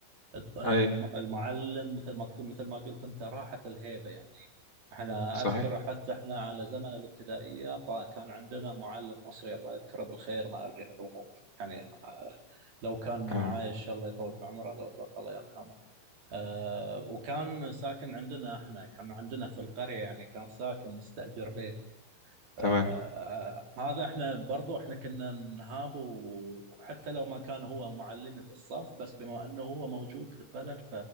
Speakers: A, on the right (about 50°); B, on the left (about 40°).
A: الط- الم-
B: اي
A: المعلم مثل ما تكون مثل ما قلت انت راحت الهيبه يعني احنا
B: صحيح
A: اذكر حتى احنا على زمن الابتدائيه طا- كان عندنا معلم مصري الله يذكره بالخير ما ادري هل هو موجود يعني آه، لو كان
B: آمين.
A: عايش الله يطول في عمره لو توفى الله يرحمه آه، وكان ساكن عندنا احنا كان عندنا في القريه يعني كان ساكن مستاجر بيت آه،
B: تمام
A: هذا احنا برضو احنا كنا نهاب وحتى لو ما كان هو معلمي في الصف بس بما انه هو موجود في البلد